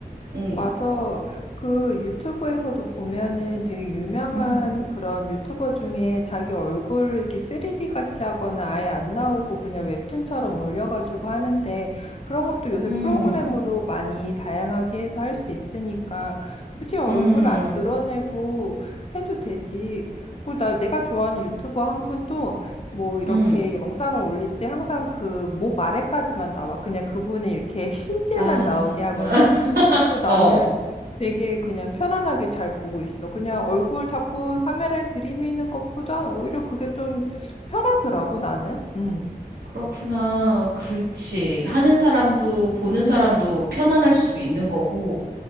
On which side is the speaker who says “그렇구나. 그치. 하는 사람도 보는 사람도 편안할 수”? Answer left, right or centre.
Right